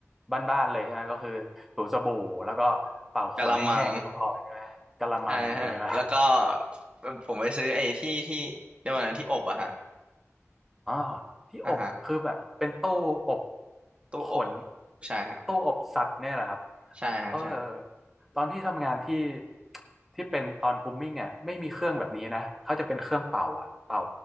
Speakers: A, in the centre; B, on the right (about 20°).
A: บ้านๆเลยใช่ไหมก็คือถูสบู่แล้วก็เป่าขนให้แห้งก็พอใช่ไหมกะละมังเลยใช่ไหม
B: กะละมังใช่ฮะแล้วก็ผมไปซื้อไอ้ที่ที่เรียกว่าอะไรนะที่อบอะฮะ
A: อ่อที่อบคือแบบเป็นตู้อบ
B: อ่ะฮะตู้อบ
A: ขน
B: ใช่ฮะ
A: ตู้อบสัตว์เนี่ยแหละครับ
B: ใช่ฮะใช่
A: เออตอนที่ทำงานที่ที่เป็นตอนกรูมมิ่งอ่ะไม่มีเครื่องแบบนี้นะเขาจะเป็นเครื่องเป่าอ่ะเป่า